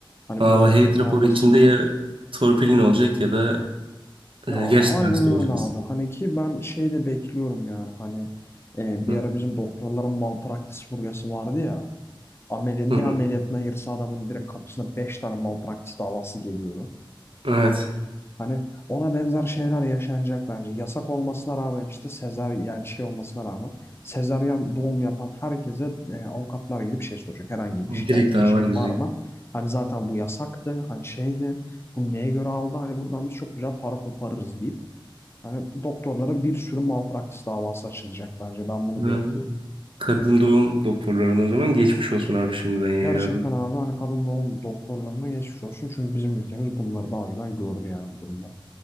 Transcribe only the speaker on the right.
Aa,
heyet
raporu
içinde
ya torpilin olacak ya da e,
gerçekten
hasta
olacaksın.
Hı.
Hı hı.
Evet.
Direkt dava
girecek.
Hı.
Kadın doğum doktorlarına o zaman geçmiş olsun abi şimdiden yani
adım.